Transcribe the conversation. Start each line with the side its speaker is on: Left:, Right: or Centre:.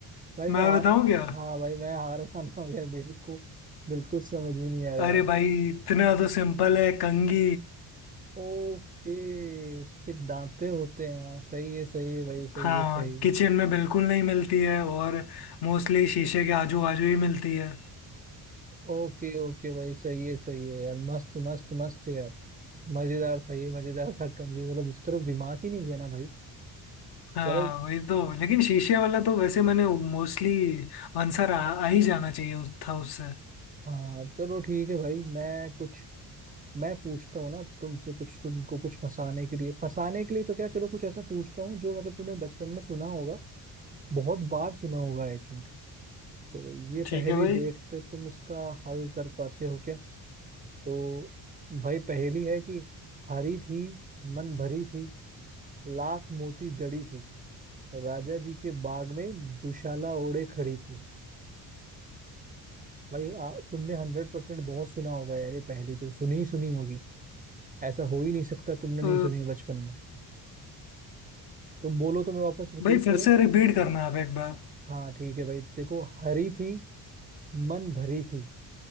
Right: भाई
Left: मैं
Right: मैं हार
Left: बताऊं क्या
Right: हाँ भाई मैं हार मान रहा हूँ यार मेरे को बिल्कुल समझ में नहीं आ रहा
Left: अरे भाई इतना तो सिंपल है कंघी
Right: ओके उसके दांते होते हैं हाँ सही है सही है भाई सही
Left: हाँ
Right: है सही
Left: किचन
Right: है
Left: में बिल्कुल नहीं मिलती है और मोस्टली शीशे के आजू बाजू ही मिलती है
Right: ओके ओके भाई सही है सही है यार मस्त मस्त मस्त है यार मजेदार सही है मजेदार था कंगी मतलब उस तरफ दिमाग ही नहीं गया ना भाई
Left: हाँ
Right: चलो
Left: वही तो लेकिन शीशे वाला तो वैसे मैंने मोस्टली आंसर आ, आ ही जाना चाहिए उस, था उससे
Right: हाँ चलो ठीक है भाई मैं कुछ मैं पूछता हूँ ना तुमसे कुछ तुमको कुछ फंसाने के लिए फंसाने के लिए तो क्या चलो कुछ ऐसा पूछता हूँ जो मतलब तुमने बचपन में सुना होगा बहुत बार सुना होगा आई थिंक तो ये
Left: ठीक
Right: पहेली
Left: है भाई
Right: देखते तुम इसका हल कर पाते हो क्या तो भाई पहेली है कि हरी थी मन भरी थी लाख मोती जड़ी थी राजा जी के बाग में दुशाला ओढ़े खड़ी थी भाई आ, तुमने हंड्रेड परसेंट बहुत सुना होगा यार ये पहेली तो सुनी ही सुनी होगी ऐसा हो ही नहीं सकता तुमने
Left: अ,
Right: नहीं सुनी हो बचपन में तो बोलो तो मैं वापस रिपीट
Left: भाई
Right: करूं
Left: फिर से रिपीट करना आप एक बार
Right: हाँ ठीक है भाई देखो हरी थी मन भरी थी